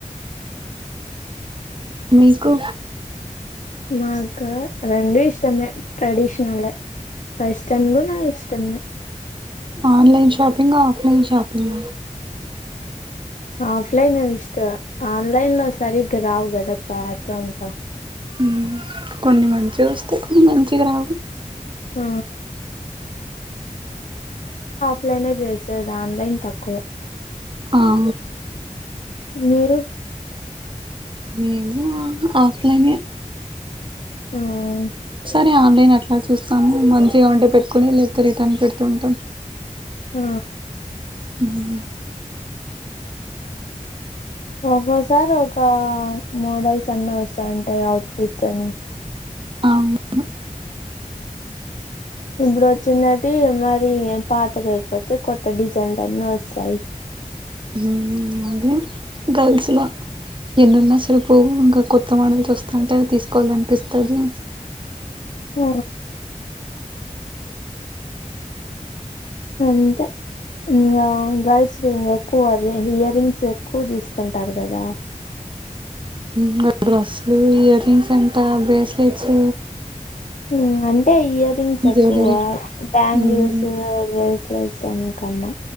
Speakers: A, on the right; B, on the left.
A: మీకు?
B: మాక రెండూ ఇష్టమే, ట్రెడీషనలే. వెస్టర్న్ కూడ నా ఇష్టమే.
A: Online shopping, offline షాపింగ?
B: ఆఫ్లైనే ఇష్టమ్. ఆన్లైన్ లో సరిగ్గా రావు కదా, క్లాత్ అంతా.
A: ఉమ, కొన్ని మంచిగా వస్తయి, కొన్ని మంచిగా రావు.
B: ఆ ప్లైనే చేసేది, ఆన్లైన్ తక్కువ.
A: ఆ ఆ
B: మీరు?
A: మేము ఆ, ఆఫ్లైనే.
B: మ్
A: నె ఆన్లైన్ అట్లా చూస్తాము. మంచిగా ఉంటే పెట్టుకుని, లేకపోతే రిటర్న్ పెడుతూ ఉంటాం.
B: ఆ
A: ఉమ్
B: ఒక్కోసారి ఒక మోడల్స్ అన్ని వస్తాంటాయి, అవుట్ఫిట్స్ అన్.
A: అవును.
B: ఇప్పుడు వచ్చింనటి మరి పాతగైపోతే, కొత్త డిజైన్లున్నీ ఒస్తాయి.
A: ఉమ్ అదే గర్ల్స్ల ఎన్నున్నా సరిపోవు. ఇంకా కొత్త మోడల్స్ వస్తుంటే, అవి తీసుకోవాలనిపిస్తది.
B: ఆ అంతే ఇంకా గర్ల్స్ కి ఇంగెక్కువ ఇయర్ రింగ్స్ ఎక్కువ తీసుకుంటారు కదా,
A: ఇంగ డ్రెస్సులు ఇయర్ రింగ్స్ అంట బ్రేస్లెట్స్
B: మ్మ్ అన్ టే ఇయర్ రింగ్స్ ఎక్కువ
A: జ్యువెలరీ
B: బ్యాంగిల్స్
A: మ్మ్
B: బ్రేస్ ప్లస్ అన్ కన్నా